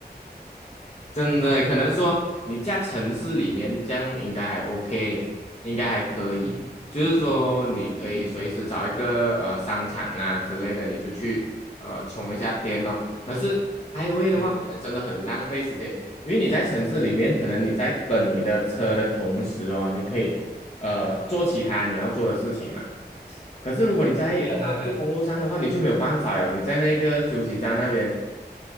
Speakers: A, on the left (about 40°); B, on the left (about 65°).
A: 真的耶可能说你在城市里面这样应该还 OK，应该还可以。
B: 嗯哼，
A: 就是说你可以随时找一个呃商场啊之类的，你就去呃充一下电哦。可是 i g w a y
B: 对对对，
A: 的话，可能真的很浪费时间，因为你在城市里面，可能你在等你的车的同时哦，你可以呃做其他你要做的事情嘛。可是如果你在高速公路上的话，
B: 对呀、对呀、对啊，
A: 你就没有办法了，你在那个休息站那边，